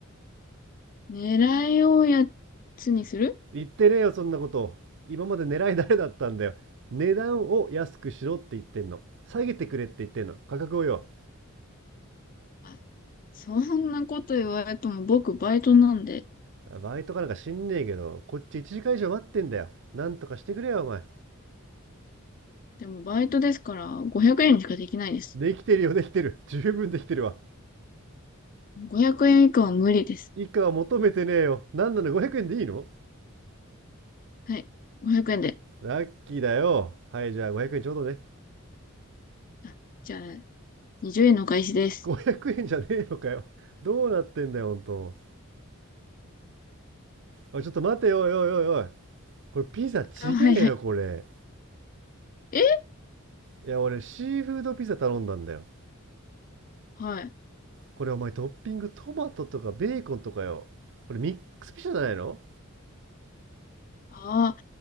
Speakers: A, on the left (about 40°); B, on the right (about 60°).
A: 狙いをやつにする
B: 言ってねえよ、そんなこと。今まで狙い誰だったんだよ。値段を安くしろって言ってんの。下げてくれって言ってんの。価格をよ。
A: あ、そんなこと言われても僕バイトなんで。
B: バイトかなんか知んねえけど、こっち一時間以上待ってんだよ。なんとかしてくれよ、お前。
A: でもバイトですから500円にしかできないです。
B: できてるよ、できてる。十分できてるわ。
A: 500円以下は無理です。
B: 以下は求めてねえよ。なんなの500円でいいの
A: はい。500円で。
B: ラッキーだよ。はい、じゃあ500円ちょうどね。
A: あ、じゃあ、20円のお返しです。
B: 500円じゃねえのかよ。どうなってんだよ、ほんと。あ、ちょっと待てよ、おいおいおいおい。これピザちげえよ、
A: あ、はいはい。
B: これ。
A: え
B: いや、俺シーフードピザ頼んだんだよ。
A: はい。
B: これお前トッピングトマトとかベーコンとかよ。これミックスピザじゃないの
A: ああ、